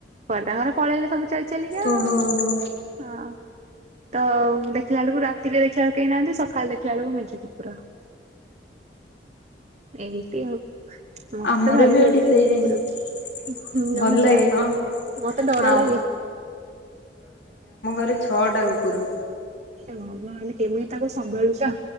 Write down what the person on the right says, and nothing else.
କୁଆଡେ ତାଙ୍କର ପଳେଇଲେ ସବୁ ଚାଲି ଚଲିକି ଆଉ
ହଁ। ତ ଦେଖିଲା ବେଳକୁ ରାତିରେ ଦେଖିଲା ବେଳକୁ କେହି ନାହାନ୍ତି ସକାଳେ ଦେଖିଲା ବେଳକୁ ମେଚେ କୁକୁର ଏମିତି ଆଉ। ମ
ଭାରି
ଡର
ଲାଗେ
କୁକୁରକୁ
ଜମା
ଯାଏନି
ମତେ ଡର
ଲାଗେ।
ସେ ହ ମେ କେମିତି ତାକୁ ସମ୍ଭାଳୁଛ।